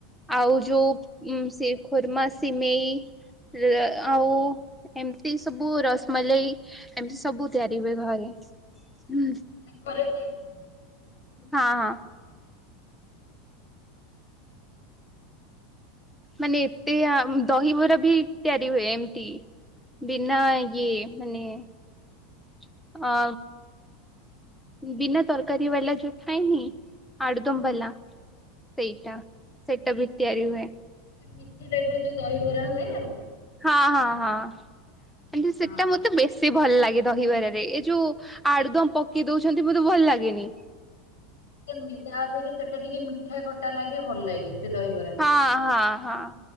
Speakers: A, in the centre; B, on the left (about 85°).
A: ଆଉ ଯୋଉ ସିର ଖୁର୍ମା ସିମେଇ ଲ ଆଉ ଏମିତି ସବୁ ରସମଲେଇ ଏମିତି ସବୁ ତିଆରି ହୁଏ ଘରେ ହ
B: ଘରେ ତିଆରି ହୁଏ।
A: ହଁ ହଁ ମାନେ ଏତେ ଆ ଦହିବରା ବି ତିଆରି ହୁଏ ଏମିତି ବିନା ଇଏ ମାନେ ଅ ବିନା ତରକାରୀ ବାଲା ଯୋଉ ଥାଏନି ଆଡୁଦମ୍ ବାଲା ସେଇଟା ସେଇଟା ବି ତିଆରି ହୁଏ।
B: ମୀଠୀ ଦେବେ ଯୋଉ ଦହିିବରା ହୁଏ ଆଉ
A: ହଁ ହଁ ହଁ <unintelligible> ସେଟା
B: ହଁ।
A: ମ ତେ ବେଶୀ ଭଲ ଲାଗେ ଦହିବରାରେ ଏ ଯୋଉ ଆଡୁଦମ ପକେଇ ଦଉଛନ୍ତି ମତେ ଭଲ ଲାଗେନି
B: ନୁହେଁ ତା ଅପେକ୍ଷା ସେଟା ଟିକେ ମିଠା ଖଟା ଲାଗେ ଭଲ ଲାଗେ ସେ ଦହିବରା
A: ହଁ ହଁ ହଁ